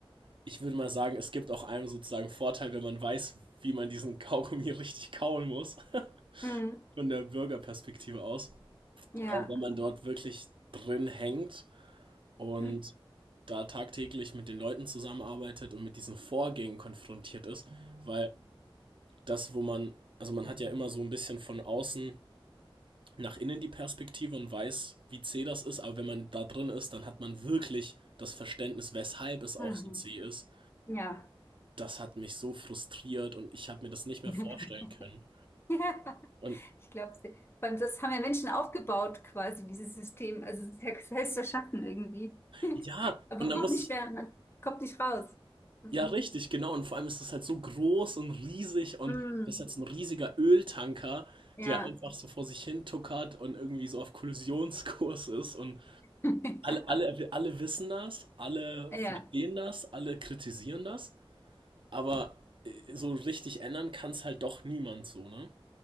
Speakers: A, on the right; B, on the left.
A: ich würde mal sagen, es gibt auch einem sozusagen Vorteil, wenn man weiß, wie man diesen <laughs> Kaugummi richtig kauen muss, <laughs>
B: Hm,
A: von der Bürgerperspektive aus.
B: ja.
A: Aber wenn man dort wirklich drin hängt und
B: Mhm.
A: da tagtäglich mit den Leuten zusammenarbeitet und mit diesen Vorgängen konfrontiert ist, weil das, wo man, also man hat ja immer so ein bisschen von außen nach innen die Perspektive und weiß, wie zäh das ist, aber wenn man da drin ist, dann hat man wirklich das Verständnis, weshalb es auch
B: Mhm.
A: so zäh ist.
B: Ja.
A: Das hat mich so frustriert und ich habe mir das nicht mehr
B: <laughs>
A: vorstellen können.
B: Ja,
A: Und
B: ich glaube, das haben ja Menschen aufgebaut, quasi, dieses System. Also, es ist ja selbst erschaffen irgendwie. <laughs>
A: ja,
B: Aber
A: und dann
B: kommt
A: muss
B: nicht
A: ich,
B: mehr, kommt nicht raus. Also,
A: Ja, richtig, genau. Und vor allem ist das halt so groß und riesig und
B: mm,
A: das ist jetzt ein riesiger Öltanker,
B: ja,
A: der einfach so vor sich hin tuckert und irgendwie so auf Kollisionskurs ist. Und
B: <laughs>
A: alle, alle, alle wissen das, alle
B: ja,
A: verstehen das, alle kritisieren das, aber äh, so richtig ändern kann es halt doch niemand so, ne?